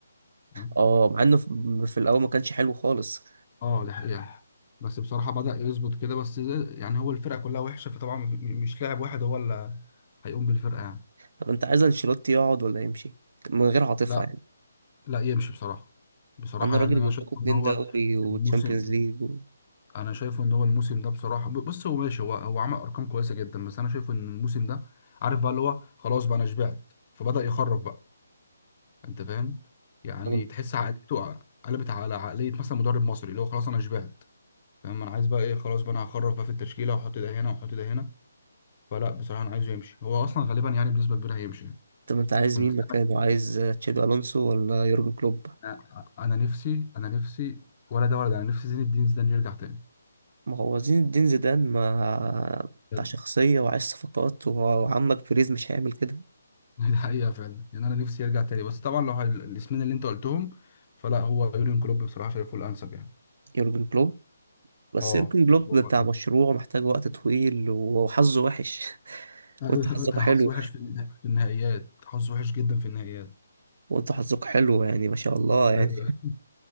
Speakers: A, on the left (about 25°); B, on the right (about 50°).
A: ده
B: اه مع انه في في الاول ما كانش حلو خالص
A: اه دي حقيقة بس بصراحة بدأ يظبط كده بس يعني هو الفرقة كلها وحشة فطبعا م- مش لاعب واحد هو اللي هيقوم بالفرقة يعني
B: طب انت عايز انشيلوتي يقعد ولا يمشي من غير عاطفة
A: لا
B: يعني
A: لا يمشي بصراحة بصراحة
B: انا راجل
A: يعني أنا
B: جاب
A: شايف
B: لكم اتنين
A: إن هو
B: دوري وتشامبيونز
A: الموسم
B: ليج و...
A: أنا شايفه إن هو الموسم ده بصراحة ب- بص هو ماشي هو هو عمل أرقام كويسة جدا بس أنا شايفه إن الموسم ده عارف بقى اللي هو خلاص بقى أنا شبعت فبدأ يخرف بقى أنت فاهم يعني
B: طب انت
A: تحس عقليته قلبت على عقلية مثلا مدرب مصري اللي هو خلاص أنا شبعت فاهم أنا عايز بقى إيه خلاص بقى أنا هخرف بقى في التشكيلة وأحط ده هنا وأحط ده هنا فلا بصراحة أنا عايزه يمشي هو أصلا غالبا يعني بنسبة كبيرة هيمشي
B: طب انت عايز
A: كنت
B: مين مكانه عايز تشابي الونسو ولا يورجن كلوب
A: أنا أنا نفسي أنا نفسي ولا ده ولا ده أنا نفسي زين الدين زيدان يرجع تاني
B: ما هو زين الدين زيدان ما
A: بجد
B: بتاع شخصية وعايز صفقات وعمك بيريز مش هيعمل كده
A: <laughs> دي حقيقة فعلا يعني أنا نفسي يرجع تاني بس طبعا لو ه- الاسمين اللي أنت قلتهم فلا هو يورين كلوب بصراحة شايفه الأنسب يعني
B: يورجن كلوب بس
A: اه
B: يورجن كلوب
A: شايفه
B: بتاع
A: هو الأنسب
B: مشروع محتاج وقت طويل وحظه وحش <laughs>
A: أيوه،
B: وانت حظك حلو
A: حظ وحش في النها- في النهائيات حظ وحش جدا في النهائيات
B: وانت حظك حلو يعني ما شاء الله يعني
A: ايوه